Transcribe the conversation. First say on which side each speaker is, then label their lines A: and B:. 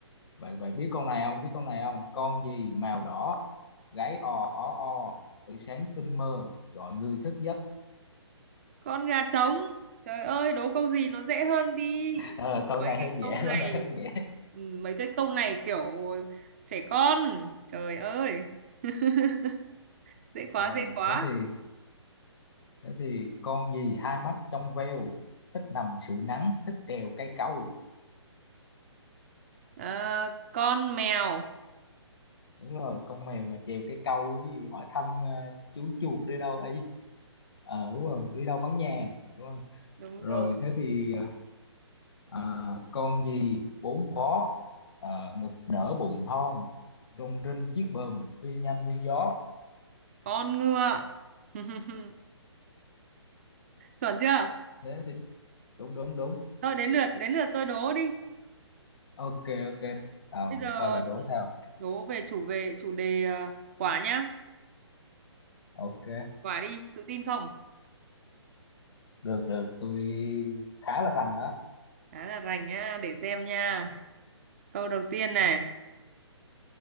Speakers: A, on the left (about 60°); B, on the right (about 30°).
A: vậy vậy biết con này không biết con này không con gì màu đỏ gáy ò ó o tự sáng tinh mơ gọi người thức giấc
B: Con gà trống. Trời ơi, đố câu gì nó dễ hơn đi.
A: Ờ, con
B: Mấy
A: này
B: cái
A: hơi dễ
B: câu này
A: con này hơi dễ
B: ừ, mấy cái câu này kiểu trẻ con. Trời ơi. <laughs> Dễ quá,
A: rồi
B: dễ quá.
A: thế thì thế thì con gì hai mắt trong veo thích nằm sưởi nắng thích trèo cây câu
B: Ờ, con mèo.
A: đúng rồi con mèo mà trèo cây câu với hỏi thăm ờ, chú chuột đi đâu ấy ờ đúng rồi đi đâu vắng nhà đúng không
B: Đúng
A: rồi
B: rồi.
A: thế thì ờ, À, con gì bốn vó à, ngực nở bụng thon rung rinh chiếc bờm phi nhanh như gió
B: Con ngựa. <laughs> Chuẩn chưa?
A: thế thì đúng đúng đúng
B: Thôi đến lượt đến lượt tôi đố đi.
A: ok ok nào
B: Bây giờ
A: để coi bà đố sao
B: đố về chủ về chủ đề ờ, quả nhá.
A: ok
B: Quả đi, tự tin không?
A: được được tôi khá là rành đó
B: Khá là rành nhá, để xem nha. Câu đầu tiên này,